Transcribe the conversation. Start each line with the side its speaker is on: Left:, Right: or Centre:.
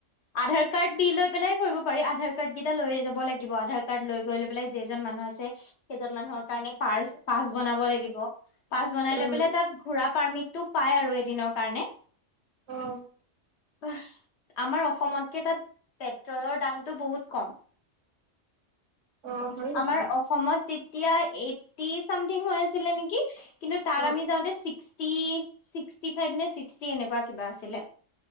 Left: আধাৰ কাৰ্ড দিলৈ পেলাই। কৰিব পাৰি আধাৰ কাৰ্ড কেইটা লৈ যাব লাগিব আধাৰ কাৰ্ড লৈ গৈ লৈ পেলাই যেইজন মানুহ আছে সেইজন মানুহক। কাৰণে পাছ বনাব লাগিব, পাছ বনাই
Right: উম
Left: বিলাই ঘূৰা পাৰ্মিট টো। পাই আৰু এদিনৰ কাৰণে
Right: আহ
Left: কোৱা আমাৰ অসমতকে তাত পেট্ৰলৰ দামটো বহুত কম
Right: অ হয় নেকি
Left: আমাৰ অসমত তে এতিয়াই এই টি চামথিং হৈ আছিলে নেকি কিন্তু তাত
Right: অ',
Left: আমি যাওঁতে। ছিক্সটি ছিক্সটি ফাইভ নে ছিক্সটি এনেকুৱা কিবা আছিলে